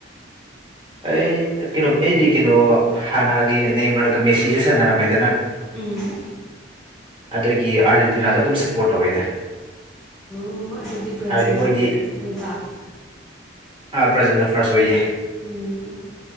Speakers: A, on the right (about 25°); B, in the centre.
A: ꯑꯩ ꯀꯩꯅꯣ ꯑꯩꯗꯤ ꯀꯩꯅꯣ ꯍꯥꯟꯅꯒꯤ ꯅꯦꯝꯃꯔꯒ ꯃꯦꯁꯤꯁꯨ ꯁꯥꯟꯅꯔꯝꯃꯦꯗꯅ
B: ꯎꯝ
A: ꯑꯗꯨꯒꯤ ꯑꯥꯔꯖꯦꯟꯇꯤꯅꯥꯗ ꯑꯗꯨꯝ ꯁꯞꯄꯣꯔꯠ ꯇꯧꯋꯦꯗ
B: ꯑꯣ ꯑꯗꯨꯗꯤ ꯕ꯭ꯔꯥꯖꯤꯜꯅ
A: ꯍꯥꯏꯕꯗꯤ ꯃꯣꯏꯗꯤ
B: ꯐꯥꯔꯁꯅꯦꯕ
A: ꯑꯥ ꯕ꯭ꯔꯥꯖꯤꯜꯅ ꯐꯥꯔꯁ ꯑꯣꯏꯌꯦ
B: ꯎꯝ